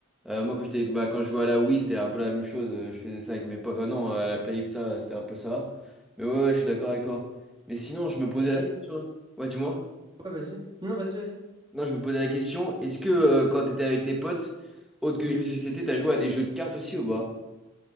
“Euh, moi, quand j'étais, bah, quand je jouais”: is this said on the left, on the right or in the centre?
Centre